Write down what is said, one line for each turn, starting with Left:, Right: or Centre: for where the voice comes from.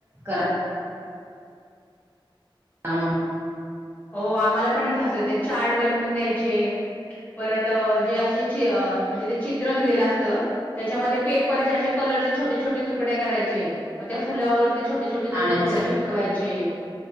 Right: करा. म्हणून.
Left: हो आम्हाला पण इथे असच चार्ट बनवून द्यायचे. परत जे असे म्हणजे ते चित्र दिलेलं असत. त त्याच्यामध्ये पेपरचेे कलरचे छोटे-छोटे तुकडे करायचे, मग त्या फुलावर छोटे-छोटे
Right: पाण्याचं
Left: ते तुकडे चिटकवायचे